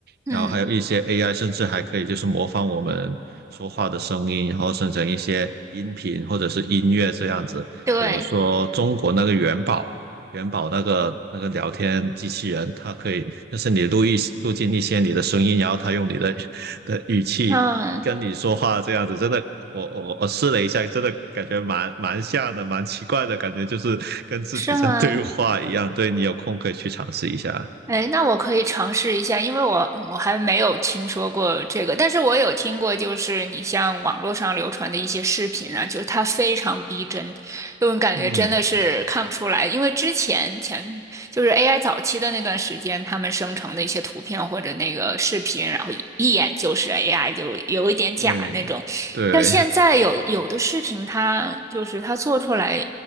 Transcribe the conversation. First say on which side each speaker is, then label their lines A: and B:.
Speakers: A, on the right; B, on the right.
A: 嗯，
B: 然后还有一些 AI，甚至还可以就是模仿我们说话的声音，然后生成一些音频或者是音乐这样子。
A: 对，
B: 比如说中国那个元宝，元宝那个那个聊天机器人，它可以就是你录一录进一些你的声音，然后它用你的的语气跟你说话这样子，
A: 嗯，
B: 真的，我我我试了一下，真的感觉蛮蛮像的，蛮奇怪的感觉，就是跟自己在对话一样。
A: 是吗？
B: 对你有空可以去尝试一下。
A: 哎，那我可以尝试一下，因为我我还没有听说过这个，但是我有听过，就是你像网络上流传的一些视频啊，就是它非常逼真，就我感觉真的是看不出来，
B: 嗯，
A: 因为之前前就是 AI 早期的那段时间，他们生成的一些图片或者那个视频，然后一一眼就是 AI，就有一点假那种，
B: 对对，
A: 但现在有有的视频它就是它做出来